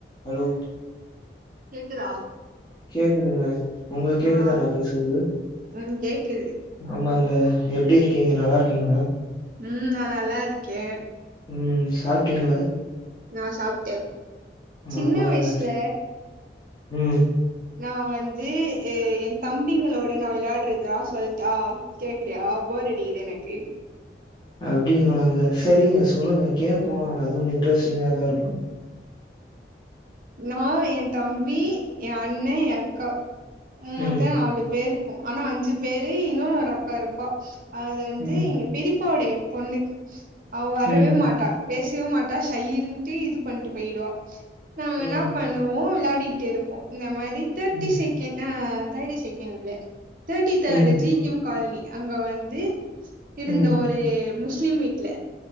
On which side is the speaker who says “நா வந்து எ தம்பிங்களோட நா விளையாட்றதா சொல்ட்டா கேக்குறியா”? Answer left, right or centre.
Right